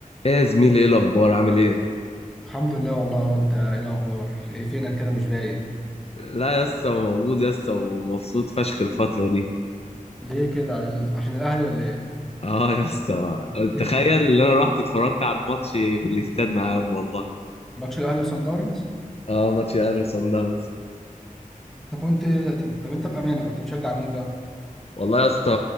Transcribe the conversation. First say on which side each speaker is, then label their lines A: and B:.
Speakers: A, on the left; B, in the centre.
A: ايه يا زميلي ايه الاخبار عامل ايه
B: الحمد لله والله انت ايه الاخبار ايه فينك كده مش باين
A: لا يا اسطى موجود يا اسطى ومبسوط فشخ الفتره دي
B: ليه كده ال- عشان الاهلي ولا ايه
A: اه يا اسطى
B: <laughs>
A: تخيل ان انا رحت اتفرجت على الماتش في الاستاد معاهم والله
B: ماتش الاهلي وصن داونز
A: اه ماتش الاهلي وصن داونز
B: انت كنت طب انت بامانه كنت بتشجع مين بقى
A: والله يا اسطى